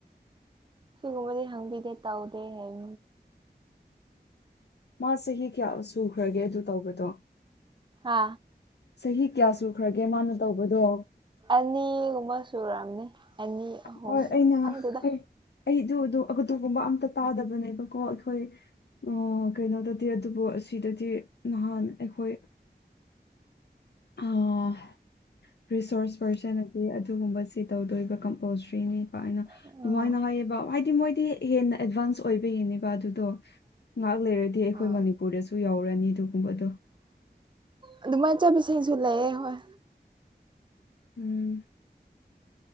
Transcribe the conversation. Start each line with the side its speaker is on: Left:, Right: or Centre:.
Right: ꯁꯤꯒꯨꯝꯕꯗꯤ ꯍꯪꯕꯤꯗꯦ ꯇꯧꯗꯦ ꯍꯥꯏ
Left: ꯃꯥ ꯆꯍꯤ ꯀꯌꯥ ꯁꯨꯈ꯭ꯔꯒꯦ ꯑꯗꯨ ꯇꯧꯕꯗꯣ
Right: ꯍꯥ
Left: ꯆꯍꯤ ꯀꯌꯥ ꯁꯨꯈ꯭ꯔꯒꯦ ꯃꯥꯅ ꯇꯧꯕꯗꯣ
Right: ꯑꯅꯤꯒꯨꯝꯕ ꯁꯨꯔꯝꯅꯤ ꯑꯅꯤ ꯑꯍꯨꯝ
Left: ꯑꯣꯏ ꯑꯩꯅ
Right: ꯈꯪꯗꯦꯗ
Left: ꯑꯩ ꯑꯩꯗꯨ ꯑꯗꯨ ꯑꯗꯨꯗꯒꯨꯝꯕ ꯑꯝꯇ ꯇꯥꯗꯕꯅꯦꯕꯀꯣ ꯑꯩꯈꯣꯏ ꯑꯣ ꯀꯩꯅꯣꯗꯗꯤ ꯑꯗꯨꯕꯨ ꯑꯁꯤꯗꯗꯤ ꯅꯍꯥꯟ ꯑꯩꯈꯣꯏ ꯑꯥ ꯔꯤꯁꯣꯔꯁ ꯄꯔꯁꯟꯗꯤ ꯑꯗꯨꯒꯨꯝꯕꯁꯤ ꯇꯧꯗꯣꯏꯕ ꯑꯣꯁ꯭ꯔꯤꯅꯤ ꯄ ꯍꯥꯏꯅ
Right: ꯑꯥ
Left: ꯑꯗꯨꯃꯥꯏꯅ ꯍꯥꯏꯌꯦꯕ ꯍꯥꯏꯗꯤ ꯃꯣꯏ ꯍꯦꯟꯅ ꯑꯦꯗꯚꯥꯟꯁ ꯑꯣꯏꯕ ꯌꯦꯡꯅꯦꯕ ꯑꯗꯨꯗꯣ ꯉꯥꯏꯍꯥꯛ ꯂꯩꯔꯗꯤ ꯑꯩꯈꯣꯏ
Right: ꯑꯥ
Left: ꯃꯅꯤꯄꯨꯔꯗꯁꯨ ꯌꯥꯎꯔꯅꯤ ꯑꯗꯨꯒꯨꯝꯕꯗꯣ
Right: ꯑꯗꯨ ꯆꯠꯄꯁꯤ ꯁꯨ ꯂꯩꯌꯦ ꯍꯣꯏ
Left: ꯎꯝ